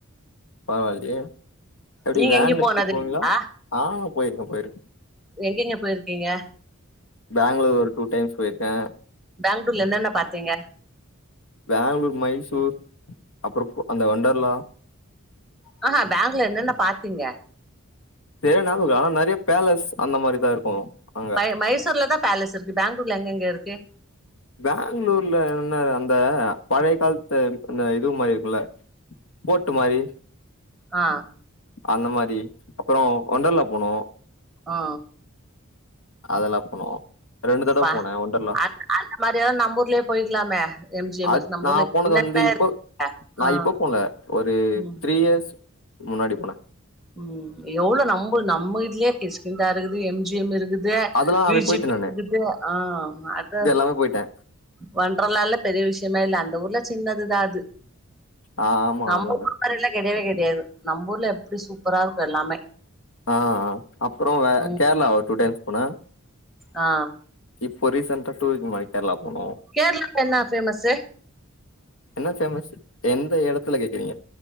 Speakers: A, on the left; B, in the centre.
A: பரவால்லயே எப்டி
B: நீங்க
A: வேன்
B: எங்கயு போனதுங்களா
A: எட்த்து போவீங்ளா ஆ போய்ருக்கே போய்ருக்கே
B: எங்கெங்க போய்ருக்கீங்க
A: பெங்களூர் ஒரு டூ டைம்ஸ் போய்ருக்கே
B: பெங்களூர்ல என்னென்ன பாத்தீங்க
A: பெங்களூர் மைசூர் அப்றோ அந்த ஒன்டர்லா
B: ஆ ஹா பேங்ல என்னென்ன பாத்தீங்க
A: தேட்னாலு ஆனா நறைய பேலஸ் அந்த மாரிதா இருக்கு அங்க
B: மை மைசூர்ல தா பேலஸ் இருக்கு பெங்களூர்ல எங்கங்க இருக்கு
A: பெங்களூர்ல என்ன அந்த பழைய காலத்து அந்த இது மாரி இருக்குல்ல போட்டு மாரி
B: ஆ
A: அந்த மாரி அப்பறோ ஒன்டர்ல்லா போனோ
B: ஆ
A: அதெல்லா போனோ ரெண்டு தடவ
B: ப்பா
A: போனே ஒண்டர்லா
B: அ அந்த மாரியல்லா நம்ப ஊர்லயே போய்க்கலாமே எம் ஜி எம்
A: அது
B: இருக்கு நம்ப
A: நா
B: ஊர்ல
A: போனது
B: என்னென்ன
A: வந்து இப்ப நா
B: ஆ
A: இப்ப போல ஒரு
B: ம்
A: த்ரீ இயர்ஸ் முன்னாடி போனே
B: ம் எவ்ளோ நம்போநம்ம இதுலயே கிஸ்கிந்தார்ருக்குது எம் ஜி எம் இருக்கு தே
A: அதெல்லா அப்டி
B: விஜிபி
A: போயிட்டே
B: இருக்குது ஆ அத
A: தப்பா போயிட்டே
B: ஒன்ட்றலால்லா பெரிய விஷ்யமே இல்ல அந்த ஊர்ல சின்னதுதா அது
A: ஆமா
B: நம்ம
A: அதுவு
B: ஊர்
A: கரெட்டுதா
B: மாரில்லா கெடையவே கெடையாது நம்பூர்ல எப்டி சூப்பரா இருக்கு எல்லாமே
A: ஆ ஆ அப்புறோ வ
B: ம்
A: கேரளா ஒரு டூ டைம்ஸ் போன
B: ஆ
A: இப்ப ரீசெண்டா டூ வீக் முன்னாடி கேரளா போன
B: கேரளாக்கு என்ன ஃபேமஸ்சு
A: என்ன ஃபேமஸ் எந்த எடத்துல கேக்குறீங்க